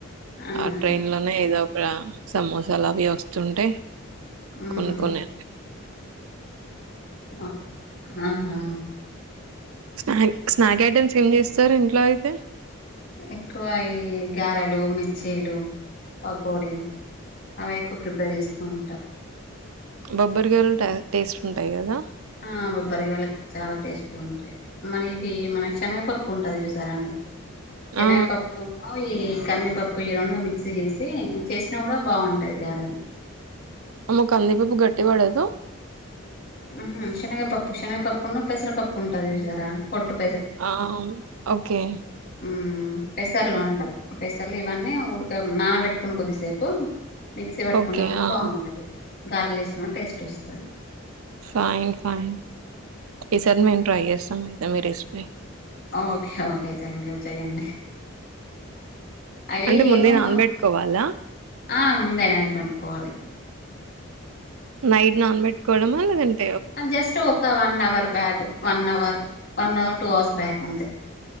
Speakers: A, on the left (about 45°); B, on the right (about 80°).
A: అవునా
B: ఆ ట్రైన్ లోనే ఏదో రా సమోసలు అవి వస్తుంటే
A: ఉహు
B: కొనుకొనే
A: ఆహా అవునా
B: స్నాక్ స్నాక్ ఐటమ్స్ ఏం చేస్తారు ఇంట్లో అయితే
A: ఎక్కువ ఈ గారలు మిర్చీలు పకోడి అవి ఎక్కువ ప్రిపేర్ చేస్తూ ఉంటా
B: బొబ్బర్ గారుంట టేస్ట్ ఉంటాయి కదా
A: ఆ బబ్బరిగాయలకి చాలా టేస్టీ ఉంటాయి మరి ఇవి మన శనగ పప్పు ఉంటాది చూసారాండి శనగపప్పు
B: ఆ!
A: నూ ఈ కందిపప్పు ఈ రెండు మిక్సీ చేసి చేసినా కూడా బావుంటాది గారెలు
B: అమ్మో కందిపప్పు గట్టి పడదూ
A: ఊహూ షెనగపప్పు షెనగపప్పున్నూ పెసరపప్పు ఉంటది చూసారా పొట్టు
B: ఆవ్ ఓకే
A: ఊ పెసర్లు అంటారు పెసర్లు ఇవన్నీ ఉడక నానబెట్టుకొని కొద్దిసేపు మిక్సీ పట్టుకున్నా
B: ఓకే.
A: కూడా
B: ఆ!
A: బావుంటది గారెల్లేసినా టేస్టొస్తది
B: ఫైన్ ఫైన్ ఈసారి మేము ట్రై చేస్తాం ఐతే మీ recipe
A: okay okay thank you చెయ్యండి అవి
B: అంటే ముందే
A: ఏమమ్మా
B: నానబెట్టుకోవాలా?
A: ఆ ముందే నాడి పట్టుకోవాలి
B: నైట్ నానబెట్టుకోడమూ <unintelligible>
A: జస్ట్ ఒక one hour back one hour one hour two hours back అంతే